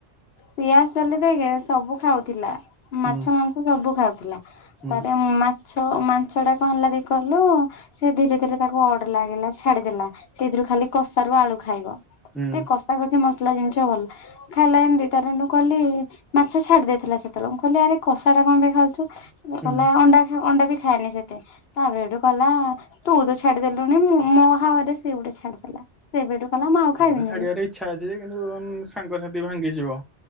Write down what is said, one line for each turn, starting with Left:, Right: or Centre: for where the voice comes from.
Left: ପିଆସଲି ଦେଇକି ସବୁ ଖାଉଥିଲା
Centre: ହୁଁ
Left: ମାଛ ମାଂସ ସବୁ ଖାଉଥିଲା।
Centre: ହୁଁ।
Left: ତାପରେ ମାଛ ମାଂଛ ଟା କଣ ହେଲା ଦେଇ କହିଲୁ ସେ ଧୀରେ ଧୀରେ ତାକୁ ଅଡ ଲାଗିଲା ଛାଡିଦେଲା ସେଥିରୁ ଖାଲି କଷା ରୁ ଆଳୁ ଖାଇବ।
Centre: ହୁଁ
Left: ଏ କଷା କଷି ମସଲା ଜିନିଷ ଭଲ ଖାଇଲା ଯେମିତି ତାର ଠୁଁ କଲି ମାଛ ଛାଡି ଦେଇଥିଲା ସେତେବେଳେ ମୁ କହିଲି ଆରେ କଷା ଟା କଣ ପାଇଁ ଖାଉଛୁ? ସେ
Centre: ହୁଁ
Left: କହିଲା ଅଣ୍ଡା ଖା ଅଣ୍ଡା ବି ଖାଏନି ସେ ଏ ତେ ତାପରେ ସେଠୁ କହିଲା ତୁ ତ ଛାଡିଦେଲୁଣିି ମୁଁ ମୋ ହାୱାରେ ସେ ଗୋଟେ ଛାଡିଦେଲା। ସେବେଠୁ କହିଲା ମୁଁ ଆଉ
Centre: ମୋର
Left: ଖାଇବିନି
Centre: ଛାଡିବାର
Left: ବି
Centre: ଇଚ୍ଛା ଅଛି ଯେ କିନ୍ତୁ ଉଁ ସାଙ୍ଗସାଥି ଭାଙ୍ଗିଯିବ